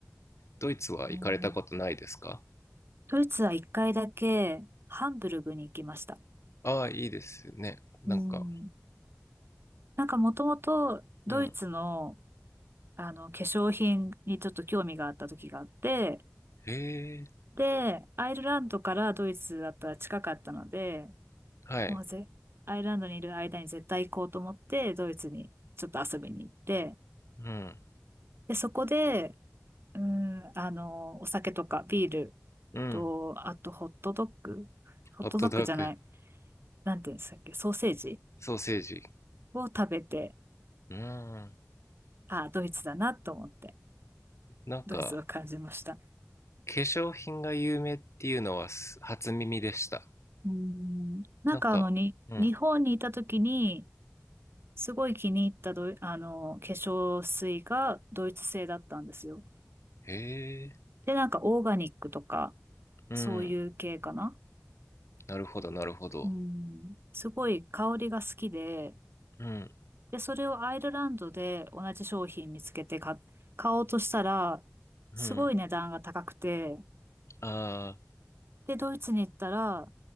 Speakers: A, on the left; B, on the right.
A: ドイツは行かれたことないですか
B: うんうん。ねえドイツは一回だけハンブルグに行きました。
A: ああ、いいですね。なんか、
B: うん。なんかもともとドイツの、
A: うん。
B: あの化粧品にちょっと興味があった時があって、
A: へえ、
B: で、アイルランドからドイツだったら近かったので、
A: はい。
B: もうぜ、アイルランドにいる間に絶対行こうと思って、ドイツにちょっと遊びに行って、
A: うん、
B: で、そこで、うん、あの、お酒とかビール
A: うん。
B: と、あとホットドッグホットドッグじゃない。
A: ホットドッグ、
B: なんていうんでしたっけソーセージ
A: ソーセージ。
B: を食べて、
A: うん。
B: ああ、ドイツだなと思って、
A: なんか、
B: ドイツを感じました。
A: 化粧品が有名っていうのはす初耳でした。
B: うん、なんかあの、
A: なんか、
B: に、
A: うん。
B: 日本にいた時に、すごい気に入ったドイ、あの、化粧水がドイツ製だったんですよ。
A: へえ、
B: で、なんかオーガニックとか、
A: うん。
B: そういう系かな。
A: なるほど、なるほど。
B: うん、すごい香りが好きで、
A: うん。
B: で、それをアイルランドで同じ商品見つけて買、買おうとしたら、
A: うん。
B: すごい値段が高くて、
A: ああ、
B: で、ドイツに行ったら、